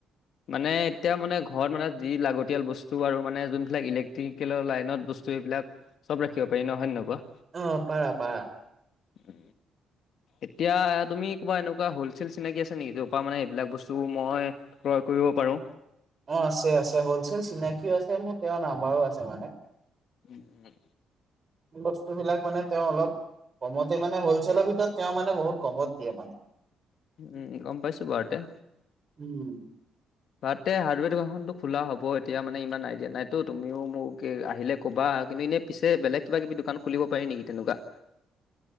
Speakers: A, on the left; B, on the right.
A: মানে এতিয়া মানে ঘৰত মানে যি লাগতিয়াল ব স্তু আৰু মানে যোনবিলাক ইলেক্ট্ৰিকেলৰ লাইনত বস্তু এইবিলাক চব ৰাখিব পাৰি ন হয় নে নহয় কোৱা।
B: অহ পাৰা পাৰা
A: উ এতিয়া তুমি কবা এনেকোৱা হলচেল চিনাকি আছে নেকি পাৰা মানে এইবিলাক বস্তু মই ক্ৰয় কৰিব পাৰোঁ
B: অ আছে আছে হলছেল চিনাকিও আছে মোৰ তেওঁৰ নাম্বাৰো আছে মানে
A: উম উম
B: বস্তুবিলাক মানে তেওঁ অলপ কমতে মানে হ'লচেলৰ ভিতৰত তেওঁ মানে বহুত কমত দিয়ে মানে
A: উম গম পাইছো বাৰতে
B: উম,
A: ঘতে হাৰ্ডৱেৰ দোকানখনটো খোলা হব এতিয়া মানে ইমান আইডিয়া নাইতো তুমিও মোক আহিলে ক'বা কিন্তু এনে পিছে বেলেগ কিবা কিবি দোকান খুলিব পাৰি নেকি তেনেকুৱা?